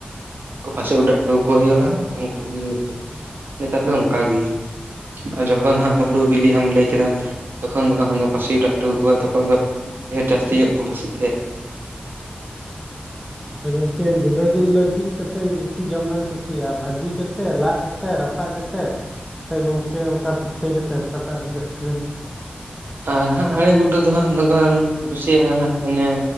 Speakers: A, on the right (about 70°); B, in the centre.
A: ᱠᱩ ᱯᱟᱥᱮ ᱳᱰᱟᱹᱜ ᱦᱚᱴᱚ ᱟᱠᱚ ᱦᱩᱭᱩᱜᱼᱟ, ᱩᱸᱠᱩ ᱜᱚ ᱦᱩᱠ ᱱᱮᱛᱟᱨ ᱫᱚ ᱚᱸᱠᱟ ᱜᱮ᱾ ᱟᱨ ᱡᱚᱠᱷᱚᱱ ᱦᱟᱸᱜ ᱦᱩᱲᱩ ᱵᱤᱞᱤᱜ ᱮᱢ ᱞᱟᱹᱭ ᱠᱮᱫᱟ, ᱛᱚᱠᱷᱚᱱ ᱫᱚ ᱦᱟᱸᱜ ᱚᱱᱟ ᱯᱟᱹᱥᱤ ᱚᱰᱟᱣ ᱚᱴᱚ ᱟᱠᱚᱣᱟᱭ ᱛᱚᱠᱷᱚᱱ ᱫᱚ ᱰᱷ ᱡᱟᱹᱥᱛᱤ ᱧᱚᱜ ᱜᱮ ᱠᱚ ᱵᱟᱹᱥᱤᱜ <unintelligible>
B: ᱟᱫᱚ ᱜᱚᱝᱠᱮ ᱜᱚᱰᱳ ᱡᱤᱞ ᱫᱚ ᱪᱤᱜ ᱠᱟᱛᱮ ᱵᱤᱥᱤ ᱡᱚᱢ ᱵᱮᱱ ᱠᱩᱥᱤᱭᱟ ᱵᱷᱟᱹᱡᱤ ᱠᱟᱛᱮᱜ ᱞᱟᱜ ᱠᱟᱛ ᱠᱟᱛᱮ ᱨᱟᱯᱟᱜ ᱠᱟᱛᱮᱜ ᱥᱮ ᱜᱚᱝᱠᱮ ᱚᱱᱠᱟ ᱯᱤᱴᱷᱟᱹ ᱠᱟᱛᱮᱜ ᱚᱠᱟᱴᱟᱜ ᱡᱟᱹᱥᱛᱤ ᱵᱤᱱ
A: ᱟᱨ ᱦᱟᱸᱜ ᱟᱲᱮ ᱜᱩᱰᱩ ᱫᱚ ᱦᱟᱸᱜ ᱱᱚᱝᱠᱟ ᱠᱩᱥᱤᱭᱟᱜᱼᱟ ᱦᱟᱸᱜ ᱚᱱᱮ